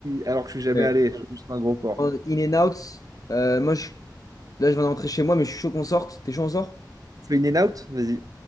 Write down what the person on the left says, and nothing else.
Ouais.
En In and Out, euh, moi, je- là, je viens de rentrer chez moi, mais je suis chaud qu'on sorte. T'es chaud, on sort?